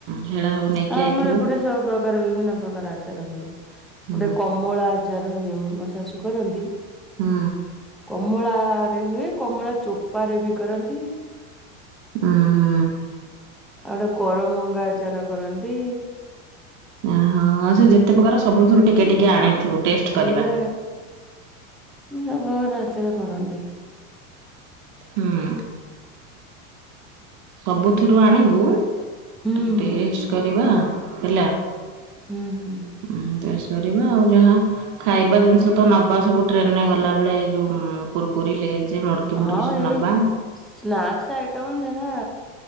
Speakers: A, on the right; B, in the centre.
A: ସେଇଟା ସବୁ ନେଇକି
B: ହଁ
A: ଆଇଥିବୁ
B: ଆମର ଏପଟେ ସବୁ ପ୍ରକାର ବିଭିନ୍ନ ପ୍ରକାର ଆଚାର ହୁଏ।
A: ହୁଁ
B: ଗୋଟେ କମଳା ଆ ଚାର ହୁଏ ମୁଁ ମୋ ଶାଶୁ କରନ୍ତି।
A: ହଁ।
B: କମଳା ରେ ହୁଏ। କମଳା ଚୋପାରେ ବି କରନ୍ତି।
A: ହ ହ।
B: ଆଉ ଗୋଟେ କରମଙ୍ଗା ଆଚାର କରନ୍ତି।
A: ଓହୋ ଆଉ ସେ ଯେତେ ପ୍ରକାର ସବୁଥିରୁ ଟିକେ ଟିକେ ଟିକେ ଆଣିଥିବୁ
B: ଆ
A: ଟେଷ୍ଟ କରିବା।
B: ଯେ ସବୁ ପ୍ରକାର ଆଚାର କରନ୍ତି।
A: ହଁ। ସବୁଥିରୁ ଆଣିବୁ
B: ହୁଁ,
A: ଟିକେ
B: ହୁଁ,
A: ଟେଷ୍ଟ କରିବା ହେଲା
B: ହୁଁ, ହୁଁ,
A: ଉମ ଟେ କରିବା ଆଉ ଯାହା ଖାଇବା ଜିନିଷ ତ ନବା ସବୁ ଟ୍ରେନରେ ଗଲାବେେଳେ ଯଉ କୁର୍କୁରି ଲେଜ ମୁଡକି ଫୁଡକି
B: ହଁ
A: ସବୁ
B: ଏଇ
A: ନବା।
B: ସ୍ନାକ୍ସ ଆଇଟମ୍ ଯାହା